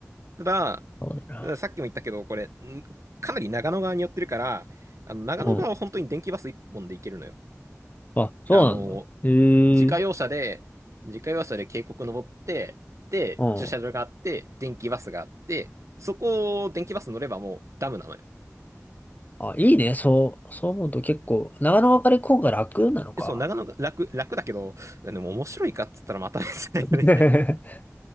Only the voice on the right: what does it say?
う。ただ、
たださっきも言ったけど、これ、んかなり長野側に寄ってるから、あの、長野側は本当に電気バス一本で行けるのよ。
あの、
自家用車で、自家用車で渓谷登って、で、
駐車場があって、電気バスがあって、そこを電気バス乗ればもうダムなのよ。
え、そう、長野が楽、楽だけど、でも面白いかっつったらまた別だよね